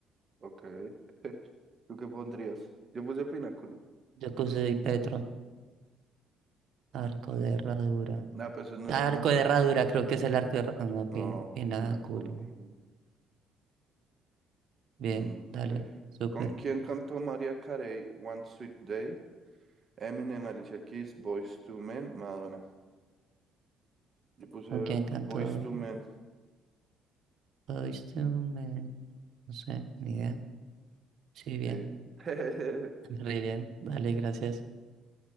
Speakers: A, on the right (about 40°); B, on the right (about 65°).
A: Ok. <laughs> ¿Tú qué pondrías? Yo puse pináculo.
B: Yo puse y Petro, arco de herradura.
A: Nah, pues eso no,
B: Arco
A: es, no,
B: de
A: es-
B: herradura, creo que es el arco de herradura. No,
A: no,
B: pie- pináculo.
A: pináculo. Mm,
B: Bien,
A: mm,
B: dale,
A: ok.
B: súper.
A: ¿Con quién cantó María Carey One Sweet Day? Eminem, Alicia Keys, Boyz II Men, Madonna. Yo puse
B: ¿Con quién cantó
A: Boyz II Men,
B: Boyz II Men? No sé, ni idea. Sí,
A: sí.
B: bien.
A: <laughs>
B: <laughs> Re bien, dale, gracias.